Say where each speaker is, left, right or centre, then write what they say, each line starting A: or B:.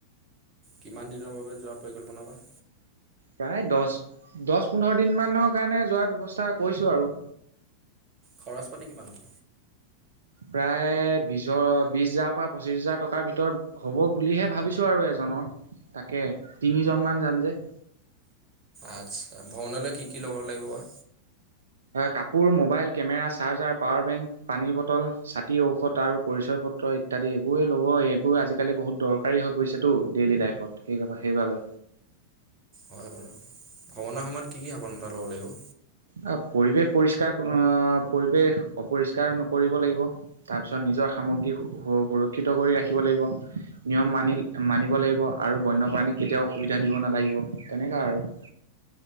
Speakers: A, on the right (about 25°); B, on the right (about 65°).
A: কিমান দিনৰ বাবে যোৱা পৰিকল্পন বা?
B: প্ৰায় দহ দহ পোন্ধৰ দিন মানৰ কাৰণে যোৱাৰ ব্যৱস্থা কৰিছো আৰু।
A: খৰচ পাতি কিমান হ'ব?
B: প্ৰায় বিশৰ বিশ হাজাৰৰ পৰা পঁচিশ হাজাৰ টকাৰ ভিতৰত হ'ব বুলিহে ভাবিছোঁ আৰু এজনৰ তাকেই তিনিজনমান যাম যে।
A: আচ্ছা। ভ্ৰমণলৈ কি কি ল'ব লাগিব বা?
B: কাপোৰ, mobile, camera, charger, power bank, পানীৰ বটল, ছাতি, ঔষধ আৰু পৰিচয় পত্ৰ। ইত্যাদি এইবোৰে ল'ব এইবোৰ আজিকালি বহুত দৰকাৰী হৈ পৰিছেতো ডেইলী লাইফত সেই সেইবাবে।
A: হয় বাৰু ভ্ৰমণৰ সময়ত কি কি সাৱধানতা ল'ব লাগিব?
B: অ পৰিৱেশ পৰিষ্কাৰ অ পৰিৱেশ অপৰিষ্কাৰ নকৰিব লাগিব। তাৰপিছত নিজৰ সামগ্ৰী সুৰক্ষিত কৰি ৰাখিব লাগিব। নিয়ম মানি মানিব লাগিব আৰু বন্যপ্ৰাণীক কেতিয়াও অসুবিধা দিব নালাগিব তেনেকুৱা আৰু।